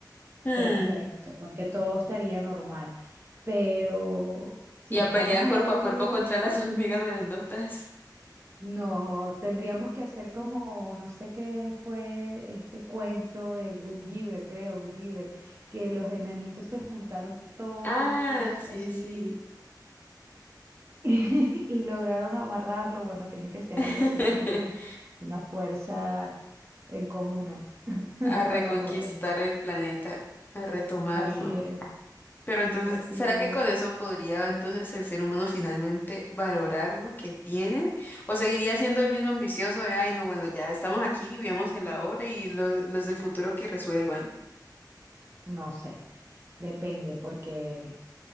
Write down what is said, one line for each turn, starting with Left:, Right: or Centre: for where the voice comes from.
Left: Hmm,
Right: perfecto, porque todo estaría normal. Pero si
Left: Y
Right: estamos
Left: a pelear
Right: al
Left: cuerpo
Right: aire
Left: a cuerpo
Right: libre,
Left: contra las <laughs> hormigas grandotas.
Right: No, tendríamos que hacer como, no sé qué fue este cuento de Goodyear, creo, Goodyear, que los enanitos se juntaron todos
Left: Ah, sí,
Right: así
Left: sí.
Right: <laughs> y lograron amarrarlo. Bueno, tiene que ser
Left: <laughs>
Right: algo así como que una fuerza en comuna <laughs>
Left: A reconquistar
Right: para poder.
Left: el planeta, a retomarlo.
Right: Así es,
Left: Pero entonces,
Right: así
Left: ¿será
Right: es.
Left: que con eso podría entonces el ser humano finalmente valorar lo que tiene? ¿O seguiría siendo el mismo ambicioso de, ay, no, bueno, ya estamos aquí, vivamos el ahora y los, los del futuro que resuelvan?
Right: No sé, depende, porque